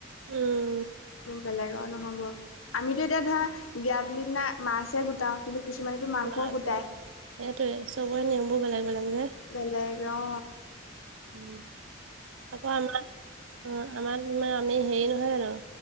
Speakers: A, on the right; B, on the left.
A: উম।
B: বেলেগ আৰু নহ'ব আমিতো এতিয়া ধৰা <unintelligible> দিনা মাছহে গোটাও কিন্তু কিছুমানেতো মাংসও
A: নাই
B: গোটাই
A: পোৱা, সেইটোয়ে চবৰে নিয়মবোৰ বেলেগ বেলেগ যে।
B: বেলেগ অ'।
A: উম আকৌ আমাৰ অ' আমাৰ আমি হেৰি নহয় জানো।